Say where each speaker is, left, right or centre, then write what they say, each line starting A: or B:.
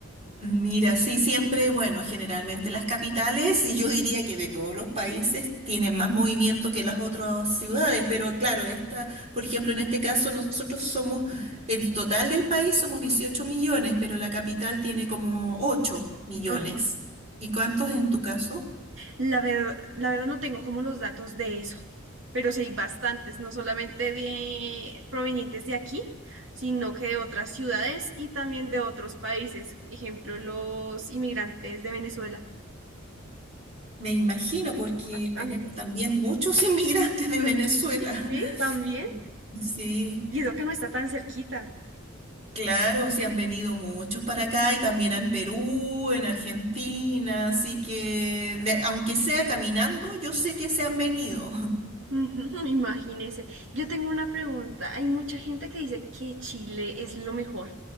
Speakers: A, on the right; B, on the right.
A: Mira, sí, siempre, bueno, generalmente las capitales, y yo diría que de todos los países, tienen más movimiento que las otras ciudades, pero claro, esta, por ejemplo, en este caso nosotros somos, el total del país somos 18 millones, pero la capital tiene como 8 millones.
B: Ajá.
A: ¿Y cuántos en tu caso?
B: La verdad, la verdad no tengo como los datos de eso, pero sí hay bastantes, no solamente de provenientes de aquí, sino que de otras ciudades y también de otros países. Ejemplo, los inmigrantes de Venezuela.
A: Me imagino, porque
B: Bastante.
A: tenemos también muchos <laughs> inmigrantes de Venezuela.
B: Sí,
A: <laughs>
B: también.
A: Sí,
B: Y eso que no está tan cerquita.
A: claro, sí han venido muchos para acá y también en Perú, en Argentina, así que de- aunque sea caminando, yo sé que se han venido.
B: Ujú, <laughs> Imagínese. Yo tengo una pregunta. Hay mucha gente que dice que Chile es lo mejor.